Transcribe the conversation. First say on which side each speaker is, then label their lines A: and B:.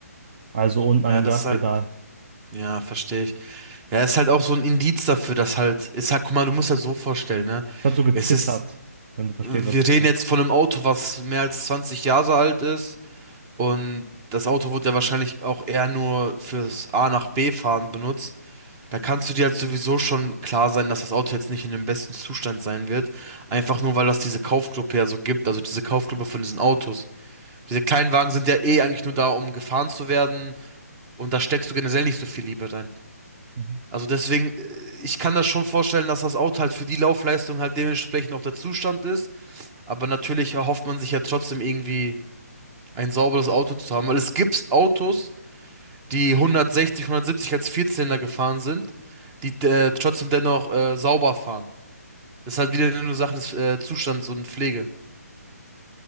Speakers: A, on the right (about 40°); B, on the right (about 15°).
A: Also unten
B: Ja,
A: an dem
B: das
A: Gaspedal.
B: ist halt, ja, verstehe ich. Ja, ist halt auch so ein Indiz dafür, dass halt, ist halt, guck mal, du musst ja so vorstellen, ne?
A: Es hat so gezittert,
B: Es ist,
A: wenn du verstehst,
B: wir
A: was ich
B: reden
A: meine.
B: jetzt von einem Auto, was mehr als 20 Jahre alt ist und das Auto wurde ja wahrscheinlich auch eher nur fürs A nach B fahren benutzt. Da kannst du dir halt sowieso schon klar sein, dass das Auto jetzt nicht in dem besten Zustand sein wird. Einfach nur, weil das diese Kaufgruppe ja so gibt, also diese Kaufgruppe von diesen Autos. Diese kleinen Wagen sind ja eh eigentlich nur da, um gefahren zu werden und da steckst du generell nicht so viel Liebe rein.
A: Mhm.
B: Also deswegen, äh, ich kann das schon vorstellen, dass das Auto halt für die Laufleistung halt dementsprechend auch der Zustand ist. Aber natürlich erhofft man sich ja trotzdem irgendwie ein sauberes Auto zu haben, weil es gibt Autos, die 160, 170 als Vierzylinder gefahren sind, die äh, trotzdem dennoch äh, sauber fahren. Das ist halt wieder nur eine Sache des äh, Zustands und Pflege.